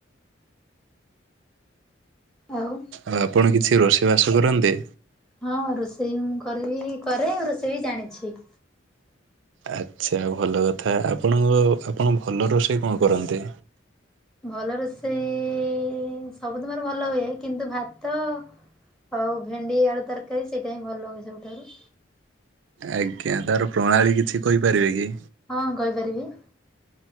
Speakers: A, in the centre; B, on the right.
A: ଆଉ
B: ଆଉ ଆପଣ କିଛି ରୋଷେଇ ବାସ କରନ୍ତି?
A: ହଁ ରୋଷେଇ ମୁଁ କରିବି କରେ ରୋଷେଇ ବି ଜାଣିଚି।
B: ଆଛା ଭଲ କଥା ଆପଣଙ୍କ ଆପଣ ଭଲ ରୋଷେଇ କଣ କରନ୍ତି?
A: ଭଲ ରୋଷେଇ ସବୁ ତମର ଭଲ ହୁଏ କିନ୍ତୁ ଭାତ ଆଉ ଭେଣ୍ଡି ଆଳୁ ତରକାରୀ ସେଇଟା ହିଁ ଭଲ ହୁଏ ସବୁଠାରୁ
B: ଆଜ୍ଞା ତାର ପ୍ରଣାଳୀ କିଛି କହିପାରିବେ କି?
A: ହଁ କହିପାରିବି।